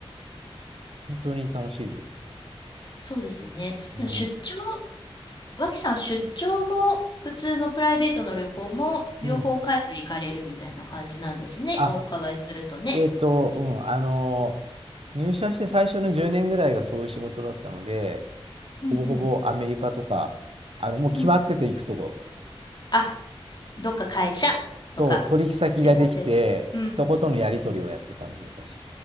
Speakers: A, on the right; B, on the left.
A: 本当に楽しいです。
B: そうですね。
A: ね。
B: でも出張脇さん、出張も普通のプライベートの旅行も両方海外行かれるみたいな感じなんですね。
A: うん。あ、
B: お伺いするとね。
A: えっと、うん、あの、入社して最初の10年ぐらいがそういう仕事だったので、
B: うんうん
A: ほぼほぼアメリカとか、あの、もう決まってて行くとこ
B: うん。あ、どっか会社とか
A: と、取引先ができて、
B: 決まってる。うん
A: そことのやり取りをやってたので、私。